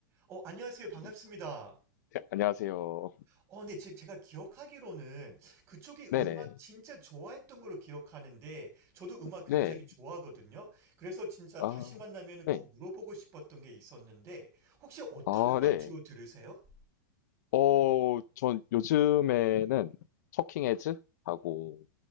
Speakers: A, on the right; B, on the left.
A: 어, 안녕하세요. 반갑습니다.
B: 네, 안녕하세요.
A: 어, 네 제, 제가 기억하기로는 그쪽이
B: 네네.
A: 음악 진짜 좋아했던 걸로 기억하는데, 저도 음악 굉장히
B: 네.
A: 좋아하거든요. 그래서 진짜
B: 아,
A: 다시 만나면 꼭
B: 네.
A: 물어보고 싶었던 게 있었는데, 혹시 어떤
B: 아,
A: 음악
B: 네.
A: 주로 들으세요?
B: 어, 전 요즘에는 터킹 헤즈 하고